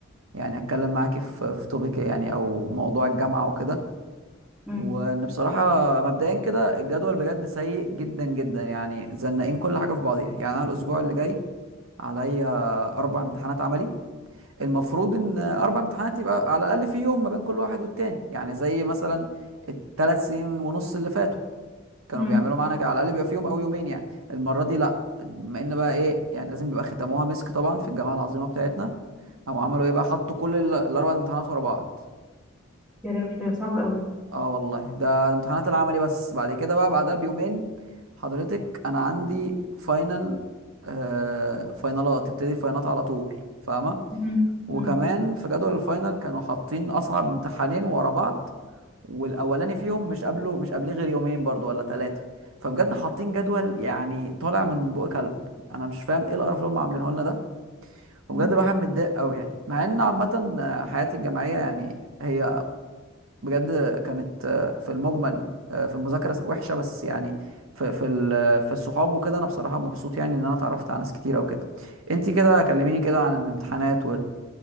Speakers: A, on the right (about 80°); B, in the centre.
A: يعني اتكلم معاكي في في توبيك يعني او موضوع الجامعة وكده
B: مم.
A: وان بصراحة مبدئيا كده الجدول بجد سيء جدا جدا يعني زنقين كل حاجة في بعضيها يعني انا الاسبوع اللي جاي عليا اربع امتحانات عملي المفروض ان اربع امتحانات يبقى على الاقل في يوم ما بين كل واحد والتاني يعني زي مثلا الثلاث سنين ونص اللي فاتوا كانوا
B: مم.
A: بيعملوا معانا كده على الاقل بيبقى في يوم او يومين يعني المره دي لا بما ان بقى ايه يعني لازم بيبقى ختموها مسك طبعا في الجامعه العظيمه بتاعتنا او عملوا ايه بقى حطوا كل ال- الاربع امتحانات ورا بعض
B: يا راوي ده صعب قوي
A: اه والله ده امتحانات العملي بس بعد كده بقى بعدها بيومين حضرتك انا عندي فاينل آه فاينالات تبتدي الفاينالات على طول فاهمه
B: مم.
A: وكمان
B: مم.
A: في جدول الفاينل كانوا حاطين اصعب امتحانين ورا بعض والاولاني فيهم مش قبله مش قبليه غير يومين برضو ولا ثلاثه فبجد حاطين جدول يعني طالع من بق كلب انا مش فاهم ايه القرف اللي هم عاملينه لنا ده وبجد
B: مم.
A: الواحد متضايق قوي يعني مع ان عامه آه، حياتي الجامعيه يعني هي بجد كانت آه، في المجمل آه، في المذاكره وحشه بس يعني في في ال- في الصحاب وكده انا بصراحه مبسوط يعني ان انا اتعرفت على ناس كتيره وكده انتي كده كلميني كده عن الامتحانات